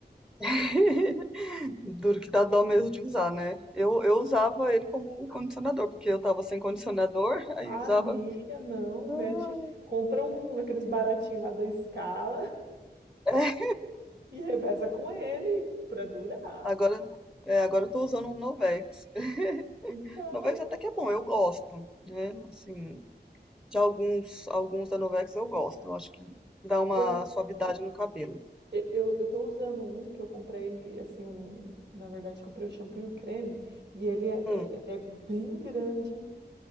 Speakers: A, in the centre; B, on the right.
A: <laughs> Duro que dá dó mesmo de usar, né? Eu, eu usava ele como condicionador, porque eu tava sem condicionador, <laughs> aí
B: Amiga,
A: usava.
B: não,
A: Ah,
B: mete, compra um aqueles baratinhos lá da Scala
A: é,
B: <laughs> e reveza com ele para durar.
A: Agora, é, agora eu tô usando um Novex. <laughs>
B: Então,
A: Novex até que é bom, eu gosto, né? Assim, de alguns, alguns da Novex eu gosto. Eu acho que dá uma
B: eu
A: suavidade no cabelo.
B: E- Eu, eu tô usando um que eu comprei, assim, um, na verdade, comprei o shampoo e o creme, e ele é,
A: Hum,
B: é- ele é bem grande,